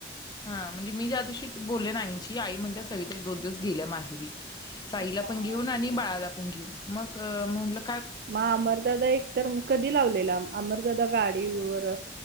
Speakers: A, on the left; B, on the right.
A: हा म्हणजे मी ज्या दिवशी - बोल्लेना आईंशी आई म्हणाल्या सविता एकदोन दिवस गेल्या माहेरी. साईला
B: हा.
A: पण घेऊन आणि बाळाला प घ्युन मगअ म्हणलं
B: म अमरदादा एक तर म कधी लावलेला? अमरदादा गाड ईवर